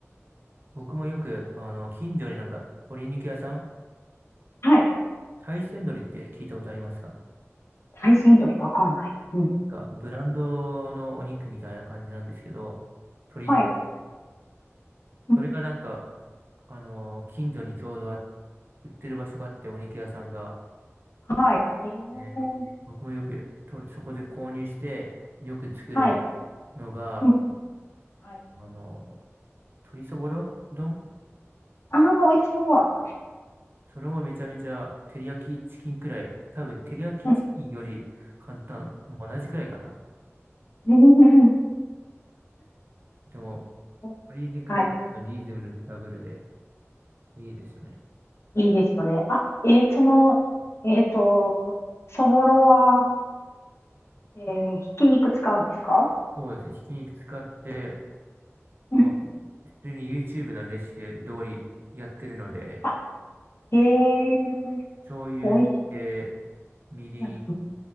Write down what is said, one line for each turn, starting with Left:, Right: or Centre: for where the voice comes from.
Right: 僕もよく、あの、近所になんか、鶏肉屋さん、
Left: はい。
Right: 大山鶏って聞いたことありますか
Left: 大山鶏わかんない。うん。
Right: なんか、ブランドのお肉みたいな感じなんですけど、鶏肉、
Left: はい。うんうん
Right: それがなんか、あの、近所にちょうどあ、売ってる場所があって、お肉屋さんが、
Left: はい。えー、
Right: ね僕もよくと、そこで購入して、よく作る
Left: はい。
Right: のが、
Left: うんうんはい。
Right: あの、鶏そぼろ丼
Left: ああ、美味しそう。
Right: それもめちゃめちゃ、照り焼きチキンくらい。多分、照り焼きチキンより簡単。
Left: うん
Right: 同じくらいかな。
Left: うん
Right: でも、
Left: <laughs>
Right: 鶏肉はリーズナブルで
Left: はい。
Right: いいですよね。
Left: いいですよね。あ、えーその、えっと、そぼろは、えーひき肉使うんですか
Right: そうですね。ひき肉使って、
Left: うん
Right: まあ、普通に YouTube のレシピ通りやってるので、
Left: あ、へえ、
Right: 醤油、
Left: 美味しい。
Right: で、みりん、
Left: うん